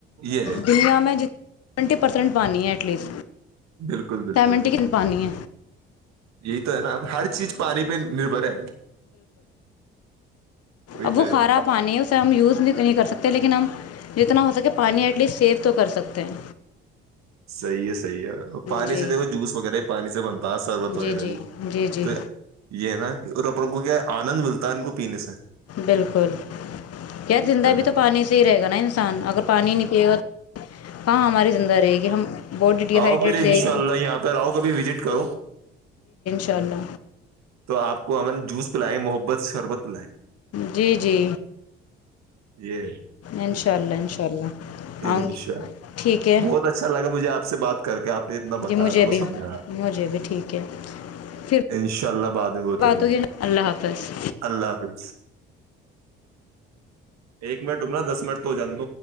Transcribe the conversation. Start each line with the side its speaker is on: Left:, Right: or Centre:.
Right: یہ ہے
Left: دنیا میں جتنا ٹینٹی پرسینٹ پانی ہے لیسٹ
Right: بالکل بالکل
Left: سیونٹی کی پانی
Right: یہی تو ہے نا اب ہر چیز پانی پہ نربھر ہے وہی
Left: اب
Right: تو
Left: وہ
Right: ہے
Left: کھارا پانی اسے ہم یوز بھی نہیں کرتے سکتے ہیں لیکن ہم جتنا ہو سکے پانی ایٹ لیسٹ سیو تو کر سکتے ہیں
Right: صحیح ہے سح صحی ہے اور پانی
Left: جی
Right: سے دیکھو جوس وغیرہ ہی پانی سے بنتا ہے شربت وغیرہ
Left: جی جی
Right: بھی
Left: جی جی
Right: تو یہ ہے نا کہ ان کو کیا آنند ملتا ہے ان کو پینے سے
Left: بالکل
Right: ٹھیک
Left: یار زندہ
Right: ہے نا
Left: بھی تو پانی سے ہی رہے گا نا انسان اگر پانی نہیں پیے گا کہاں ہماری زندہ رہے گی ہم باڈی ڈی
Right: آؤ
Left: ہائیڈریٹ
Right: پھر انشاء
Left: رہے گی
Right: اللہ یہاں پرہ آؤ کبھی وزٹ کرو
Left: چلو
Right: تو آپ کو امن جوس پلائے محبت سے شربت پلائے
Left: جی جی
Right: یہ
Left: انشاء اللہ انشاء اللہ
Right: ان
Left: آؤں گی
Right: شاء
Left: ٹھیک ہے
Right: بہت اچھا لگا مجھے آپ سے بات کر کے آپ اپ نے اتنا بتا
Left: جی مجھے
Right: وہ
Left: بھی
Right: سمجھا
Left: مجھے بھی ٹھیک ہے پھر
Right: انشاء اللہ بعد میں بت
Left: بات
Right: گی
Left: ہوگی اللہ حافظ
Right: اللہ حافظ ایک منٹ رکنا دس منٹ تو ہو جان د